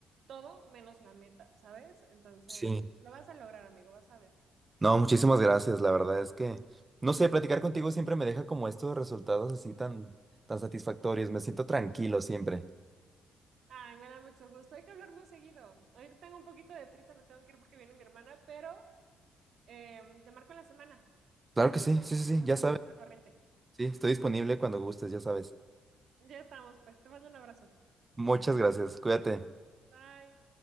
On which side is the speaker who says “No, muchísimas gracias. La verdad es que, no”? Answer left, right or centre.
Right